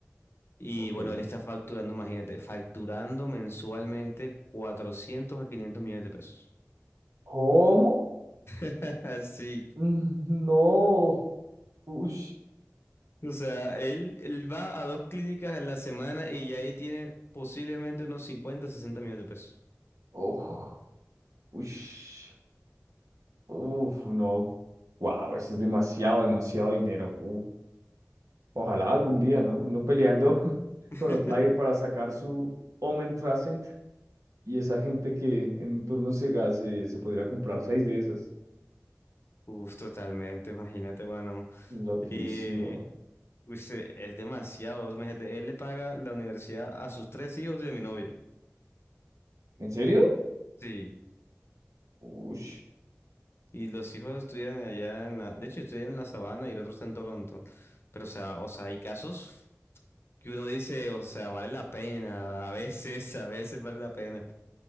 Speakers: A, on the left; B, on the right.
A: Y
B: ok.
A: bueno, él está facturando, imagínate, facturando mensualmente 400 a 500 millones de pesos.
B: ¿Cómo? <laughs>
A: <laughs> Así.
B: Mm, No, ush,
A: O sea, él, él va a dos clínicas en la semana y ya ahí tiene posiblemente unos 50 60 millones de pesos.
B: oh, ush, uf, no, wow, eso es demasiado, demasiado dinero. Uf, ojalá algún día, ¿no? Uno peleando <laughs>
A: <laughs>
B: con Outlier para sacar su Omen Trascend y esa gente que en un turno se, ga- se, se podría comprar seis de esas.
A: Uf, totalmente, imagínate, bueno
B: Loquísimo.
A: Y pues, eh, es demasiado, imagínate, él le paga la universidad a sus tres hijos y a mi novia.
B: ¿En serio?
A: Sí.
B: Uy,
A: Y los hijos estudian allá en la, de hecho, estudian en la Sabana y el otro está en Toronto. Pero, o sea, o sea, hay casos que uno dice, o sea, vale la pena, a veces, a veces vale la pena.